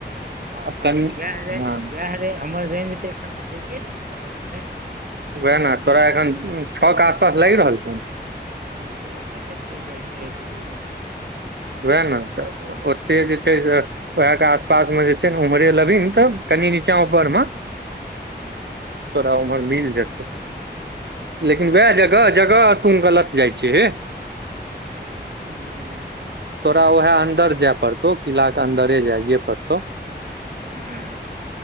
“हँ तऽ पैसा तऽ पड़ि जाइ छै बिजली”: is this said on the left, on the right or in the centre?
Right